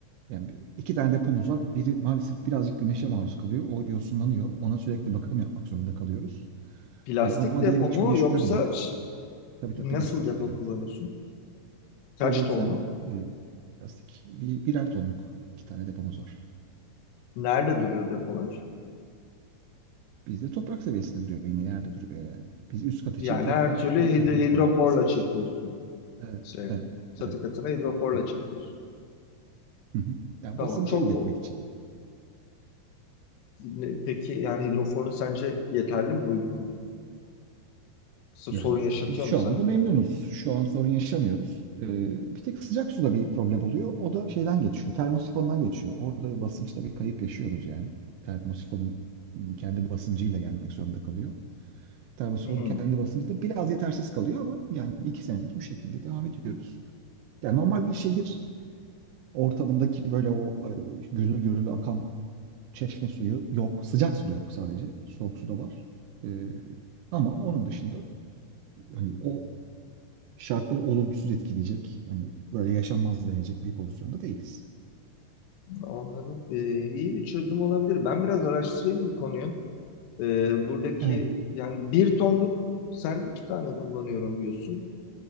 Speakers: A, on the right; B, on the left.
A: yani bir- iki tane depomuz var. Biri maalesef birazcık güneşe maruz kalıyor. O yosunlanıyor. Ona sürekli bakım yapmak zorunda kalıyoruz.
B: plastik
A: E, ama
B: depo
A: diğeri hiç
B: mu
A: güneş
B: yoksa
A: görmüyor.
B: ş-
A: Tabii tabii plastik.
B: nasıl depo
A: Evet.
B: kullanıyorsun? Kaç
A: Polietilen
B: tonluk?
A: e, plastik. Bir, birer tonluk iki tane depomuz var.
B: Nerede duruyor depolar?
A: Bizde toprak seviyesinde duruyor yine yerde duruyor yani. Biz üst kat
B: Yani
A: için tekrar
B: her türlü
A: bir
B: hid-
A: hidroforla
B: hidroforla
A: basınç.
B: çekiyorsun.
A: Evet,
B: Şey,
A: evet,
B: çatı
A: evet,
B: katına hidroforla
A: evet.
B: çekiyorsun.
A: Hı hı. Yani
B: Tamam.
A: basınç
B: Çok
A: elde etmek için
B: ne- peki yani hidroforun sence yeterli mi, uygun mu? S-
A: Yani
B: Sorun yaşatıyor
A: biz şu
B: mu sana?
A: anda memnunuz. Şu an sorun yaşamıyoruz. Ee, bir tek sıcak suda bir problem oluyor. O da şeyden geçiyor. Termosifondan geçiyor. Orada bir basınçta bir kayıp yaşıyoruz yani. Termosifonun kendi basıncıyla gelmek zorunda kalıyor. Termosifonun
B: Hmm,
A: kendi basıncı da biraz yetersiz kalıyor ama yani iki senedir bu şekilde devam ediyoruz. Yani normal bir şehir ortamındaki böyle o e, gürül gürül akan çeşme suyu yok. Sıcak su da yok sadece. Soğuk su da var. Ee, ama onun dışında hani o şartlar olumsuz etkileyecek. Hani böyle yaşanmaz denecek bir pozisyonda değiliz.
B: anladım. Ee, iyi bir çözüm olabilir. Ben biraz araştırayım bu konuyu. Ee, buradaki
A: Evet.
B: yani bir tonluk sen iki tane kullanıyorum diyorsun.